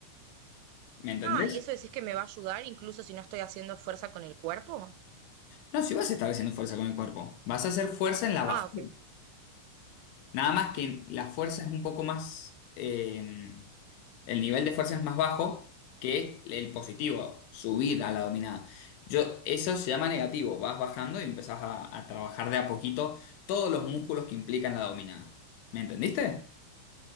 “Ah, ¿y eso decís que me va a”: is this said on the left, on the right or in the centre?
Right